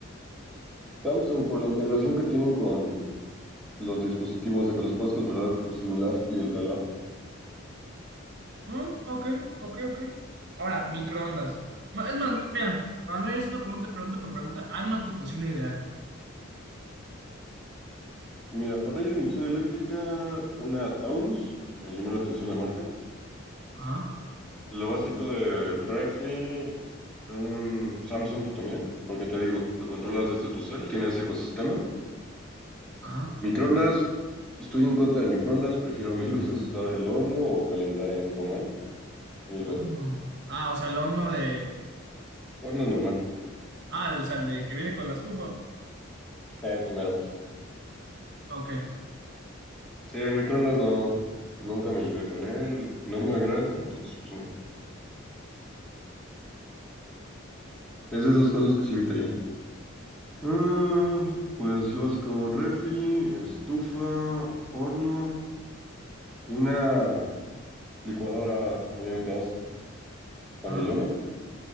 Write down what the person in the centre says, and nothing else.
Samsung, por la integración que tienen con los dispositivos de que los puedes controlar desde tu celular y el reloj.
Mira, parrilla de inducción eléctrica, una Taurus, me llamó la atención la marca.
Lo básico de refri, un Samsung también, porque te digo, lo controlas desde tu cel, tiene ese ecosistema.
Microondas, estoy en contra de microondas, prefiero mil <laughs> veces usar el horno o calentar en comal, mil
veces.
Horno normal,
ese mero.
Sí, el microondas no, nunca me llevé con él, no me agrada, entonces pues no. Es de esas cosas que sí evitaría. Ah, pues lo básico, refri, estufa, horno, una licuadora, obviamente, Familona.